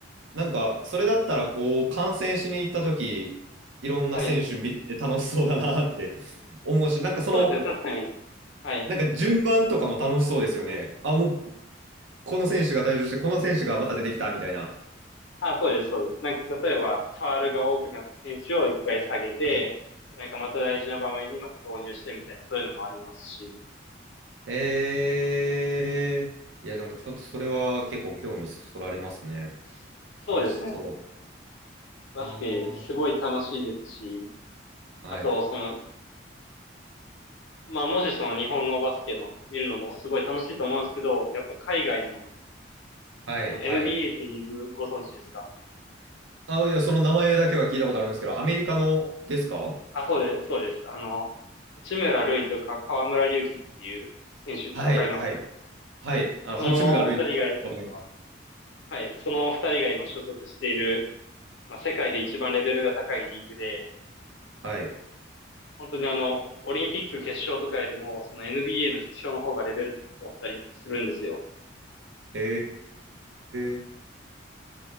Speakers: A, on the right (about 80°); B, on the left (about 75°).
A: なんか、それだったらこう、観戦しに行った時、いろんな選手見て楽しそうだなって
B: はい。
A: <laughs> 思うし、なんかその、
B: そうですね、確かに。はい。
A: なんか順番とかも楽しそうですよね。あ、もうこの選手が退場して、この選手がまた出てきたみたいな。
B: あ、そうです、そうです。なんか、例えば、ファールが多くなった選手を一回下げて、
A: はい。
B: なんかまた大事な場面にまた投入してみたいな、そういうのもありますし。
A: えー、いや、なんかちょっとそれは結構興味そそられますね。
B: そうですね。
A: 楽しそ
B: バスケ、
A: う。あー、
B: すごい楽しいですし、
A: はい、
B: あと、その、まあ、もしその日本のバスケの見るのもすごい楽しいと思うんですけど、やっぱ海外の、
A: はい、
B: その
A: はい。
B: NBA ってリーグご存知ですか
A: あ、いや、その名前だけは聞いたことあるんですけど、アメリカのですか
B: あ、そうです、そうです。あの、八村塁とか河村勇輝っていう選手、
A: はい、
B: わかります
A: はい、はい。あの、
B: その二人が、
A: 八村塁がわかります。
B: はい、その二人が今所属している、まあ、世界で一番レベルが高いリーグで、
A: はい。
B: 本当にあの、オリンピック決勝とかよりも、その NBA の決勝の方がレベル高かったりするんですよ。
A: えー、